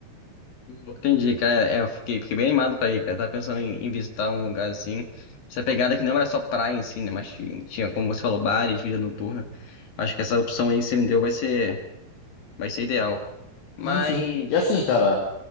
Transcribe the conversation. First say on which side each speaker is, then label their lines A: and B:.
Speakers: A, on the left (about 55°); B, on the left (about 85°).
A: Entendi, cara. É, eu fiquei, fiquei bem animado pra ir, cara. Tava pensando em, em visitar um lugar assim. Essa pegada que não era só praia em si, né? Mas ti- tinha, como você falou, bares, vida noturna. Acho que essa opção aí que você me deu vai ser, vai ser ideal. Mas.
B: Sim, sim. E assim, cara,